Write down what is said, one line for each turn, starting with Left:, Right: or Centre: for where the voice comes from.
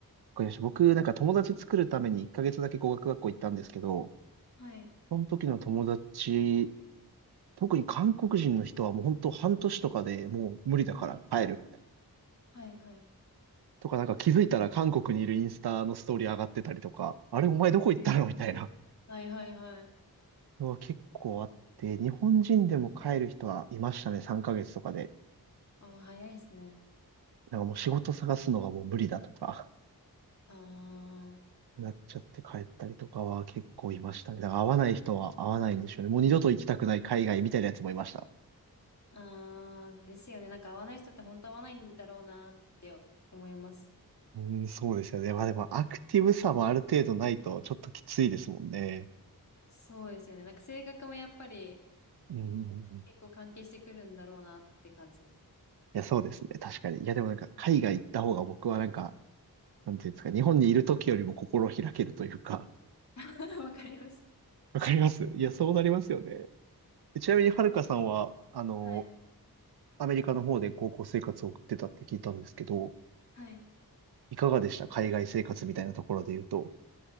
Right: これ僕、なんか友達作るために1ヶ月だけ語学学校行ったんですけど、
Left: はい。
Right: その時の友達、特に韓国人の人はもう本当半年とかでもう無理だから帰るみたいな。
Left: えーはいはい。
Right: とかなんか気づいたら韓国にいるインスタのストーリー上がってたりとか、あれお前どこ行ったのみたいな。
Left: えーはいはいはい。
Right: は結構あって、日本人でも帰る人はいましたね、3ヶ月とかで。
Left: あ、早いですね。
Right: なんかもう仕事探すのがもう無理だとか、
Left: あー、
Right: なっちゃって帰ったりとかは結構いましたね。だから会わない人は会わないんでしょうね。もう二度と行きたくない海外みたいなやつもいました。
Left: あー、ですよね。なんか合わない人って本当合わないんだろうなって思います。
Right: うーん、そうですよね。まあでもアクティブさもある程度ないとちょっときついですもんね。
Left: そうですよね。なんか性格もやっぱり
Right: うんうんうん。い
Left: 結構関係してくるんだろうなって感じです。
Right: や、そうですね。確かに。いや、でもなんか海外行った方が僕はなんか、なんていうんですか、日本にいる時よりも心開けるというか、
Left: <laughs> わかります。
Right: わかりますいや、そうなりますよね。えちなみに、
Left: なります。
Right: はるかさんは、あの、
Left: はい。
Right: アメリカの方で高校生活を送ってたって聞いたんですけど、
Left: はい。
Right: いかがでした海外生活みたいなところで言うと。